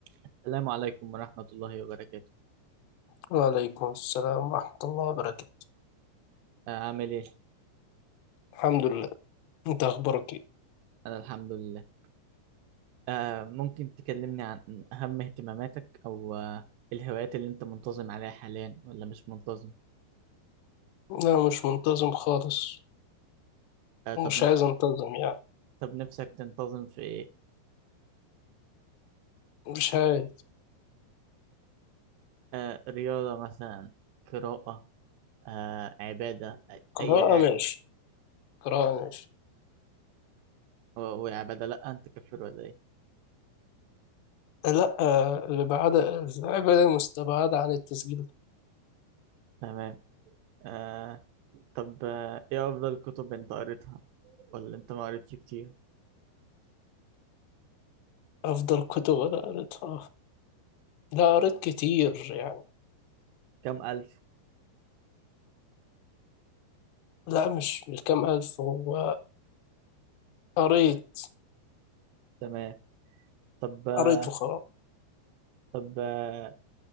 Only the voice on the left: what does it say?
وعليكم السلام ورحمة الله وبركاته
الحمد لله انت اخبارك ايه
لا مش منتظم خالص
ومش
عايز انتظم يعني
مش عايز
قراءة
ماشي قراءة ماشي
لا الإبعادة الإبعادة العبادة مستبعدة عن التسجيل
أفضل كتب أنا قريتها لا قريت كتير يعني
لا مش مش كام ألف هو قريت
قريت وخلاص